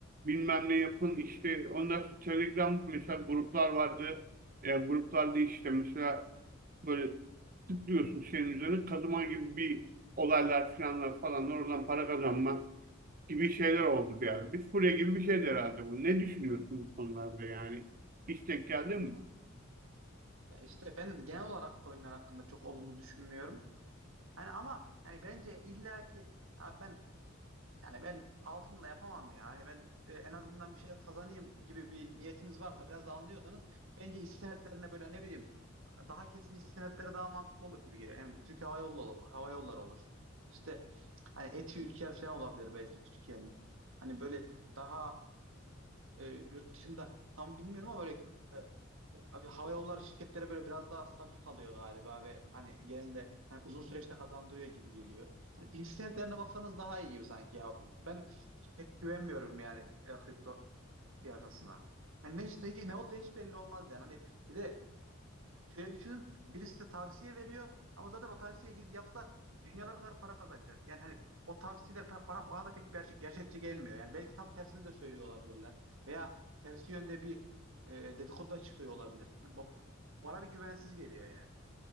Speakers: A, on the right (about 45°); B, on the right (about 70°).
A: bilmem ne yapın işte ondan sonra Telegram mesela gruplar vardı. E, gruplarda işte mesela böyle tıklıyorsun şeyin üzerine kazıma gibi bir olaylar filanlar falanlar oradan para kazanma gibi şeyler oldu bir ara. Bir furya gibi bir şeydi herhalde bu. Ne düşünüyorsun bu konularda yani? Hiç denk geldi
B: Anladım.
A: mi?
B: Ya işte ben genel olarak coinler hakkında çok olumlu düşünmüyorum. Hani ama yani bence illaki abi ben Yani ben altınla yapamam ya. Hani ben e, en azından bir şeyler kazanayım gibi bir niyetiniz varsa biraz da anlıyorsanız bence hisse senetlerine böyle ne bileyim daha kesin hisse senetleri daha mantıklı olur gibi geliyor. Eminim Türk Hava Yolları, Hava Yolları olur. İşte hani Eti Ülker falan olabilir belki Türkiye'nin. Hani böyle daha e, yurt dışında tam bilmiyorum ama böyle e, e, abi hava yolları şirketlere böyle biraz daha stabil kalıyor galiba ve hani genelde hani uzun süreçte kazandırıyor gibi geliyor. Hani bir senetlerine baksanız daha iyi gibi sanki ya. Ben pek güvenmiyorum yani e, kripto piyasasına. Hani ne, ne, ne olacağı hiç belli olmaz yani. Hani bir de Şöyle düşünün, birisi de tavsiye veriyor ama zaten o tavsiyeye gidip yapsa dünyalar kadar para kazanacak. Yani hani o tavsiyeler pe- bana, bana da pek gerçek- gerçekçi gelmiyor. Yani belki tam tersini de söylüyor olabilirler. Veya tersi yönde bir e, dedikodu da çıkıyor olabilir. Hani ba- bana bir güvensiz geliyor yani.